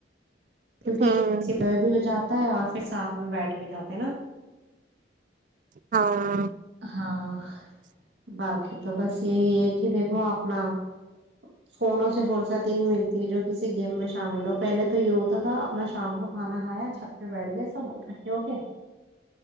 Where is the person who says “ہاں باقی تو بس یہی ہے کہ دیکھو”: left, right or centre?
Right